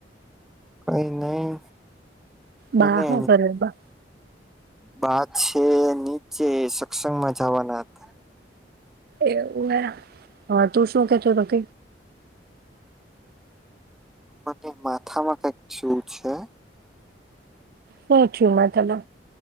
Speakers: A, in the centre; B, on the right.
A: કઈ નહી.
B: બા
A: મને
B: હું કરે બા?
A: બા છે નીચે સત્સંગમાં જવાના હતા.
B: એવું હા તું શું કેતો તો ક
A: મને માથામાં કંક શું છે.
B: હું છે માથાનો?